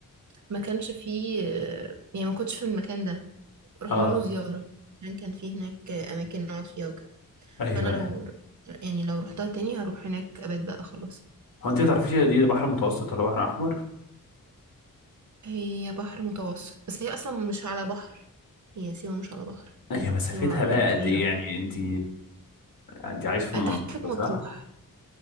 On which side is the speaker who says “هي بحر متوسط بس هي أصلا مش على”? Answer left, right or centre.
Right